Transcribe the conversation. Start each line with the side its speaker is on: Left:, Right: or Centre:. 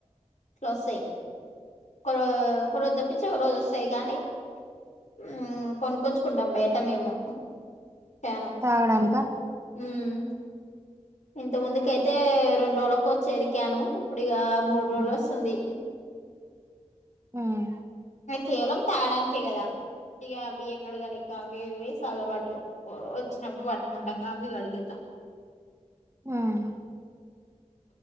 Left: ఇట్లోస్తాయి ఒకరో ఒక రోజు తప్పించి ఒక రోజు వస్తాయి గాని ఉమ్ కొనుకోచ్ కుంటాం బయట మేము క్యాను
Right: తాగడానికా
Left: ఉమ్ ఇంత ముందుకైయితే రెండు రోజులకు వచ్చేది క్యాను ఇప్పుడు ఇగ మూడు రోజులు
Right: ఉమ్
Left: వస్తుంది
Right: ఉం
Left: కేవలం తగడనికే కదా ఇగ బియ్యం గడగానీకి అవి ఇవి సాగర్ వాటరు వచ్చినప్పుడు పట్టుకుంటాం అవి అడిగేతాం
Right: ఉం